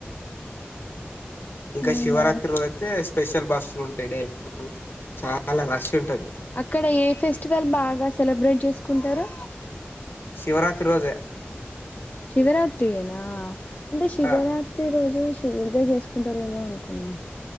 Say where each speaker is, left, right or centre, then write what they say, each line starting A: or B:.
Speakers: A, on the left; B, on the left.
A: ఇంకా
B: అవునా
A: శివరాత్రి వదతే స్పెషల్ బస్సులు ఉంటాయి డ చాలా రష్ ఉంటది
B: అక్కడ ఏ ఫెస్టివల్ బాగా సెలబ్రేట్ చేసుకుంటారా
A: శివరాత్రి రోజే
B: శివరాత్రి అనా అే శివరాత్రి
A: ఆ
B: రోజు శివుడిదే చేసుకుంటారేమో అనుకున్నా